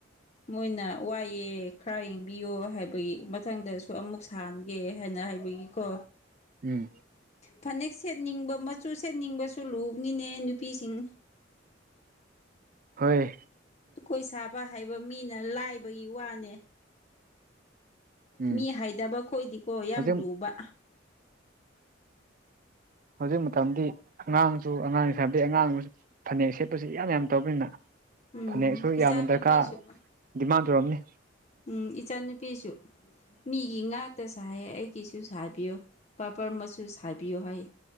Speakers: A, on the left; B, on the right.
A: ꯃꯣꯏꯅ ꯋꯥꯏꯑꯦ ꯈꯔ ꯌꯦꯡꯕꯤꯌꯣ ꯍꯥꯏꯕꯒꯤ ꯃꯊꯪꯗꯁꯨ ꯑꯃꯨꯛ ꯁꯥꯍꯟꯒꯦ ꯍꯥꯏꯅ ꯍꯥꯏ ꯒꯤꯀꯣ
B: ꯎꯝ
A: ꯐꯅꯦꯛ ꯁꯦꯠꯅꯤꯡꯕ ꯃꯆꯨ ꯁꯦꯠꯅꯤꯡꯕꯁꯨ ꯂꯨꯕꯅꯤꯅꯦ ꯅꯨꯄꯤꯁꯤꯡ
B: ꯍꯣꯏ
A: ꯑꯩꯈꯣꯏ ꯁꯥꯕ ꯍꯥꯏꯕ ꯃꯤꯅ ꯂꯥꯏꯕꯒꯤ ꯋꯥꯅꯦ
B: ꯎꯝ
A: ꯃꯤ ꯍꯥꯏꯗꯕ ꯈꯣꯏꯗꯤꯀꯣ ꯌꯥꯝ
B: ꯍꯧꯖꯤꯛ
A: ꯂꯨꯕ
B: ꯍꯧꯖꯤꯛ ꯃꯇꯝꯗꯤ ꯑꯉꯥꯡꯁꯨ ꯑꯉꯥꯡ ꯁꯥꯕꯤ ꯑꯉꯥꯡꯁꯨ ꯐꯅꯦꯛ ꯁꯦꯠꯄꯁꯤ ꯌꯥꯝ ꯌꯥꯝ ꯇꯧꯕꯅꯤꯅ
A: ꯎꯝ
B: ꯐꯅꯦꯛꯁꯨ
A: ꯏꯆꯥꯅꯨꯄꯤꯁꯨ
B: ꯌꯥꯝꯅ ꯗꯔꯀꯥꯔ ꯗꯤꯃꯥꯟ ꯇꯧꯔꯝꯅꯤ
A: ꯎꯝ ꯏꯆꯥꯅꯨꯄꯤꯁꯨ ꯃꯤꯒꯤ ꯉꯥꯛꯇ ꯁꯥꯏꯌꯦ ꯑꯩꯒꯤꯁꯨ ꯁꯥꯕꯤꯌꯨ ꯀꯄꯔ ꯃꯆꯨ ꯁꯥ ꯍꯥꯏꯕꯤꯌꯣ ꯍꯥꯏ